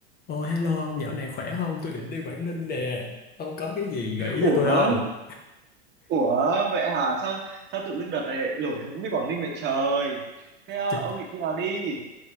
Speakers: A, on the left; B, on the right.
A: Ồ hello ông dạo này khỏe không? Tôi định đi Quảng Ninh nè. Ông có cái gì gợi ý
B: Ủa,
A: cho tôi không?
B: ủa vậy hả? Sao sao tự dưng đợt này lại nổi hứng với Quảng Ninh vậy trời? Thế ờ,
A: Chị-
B: ông định khi nào đi?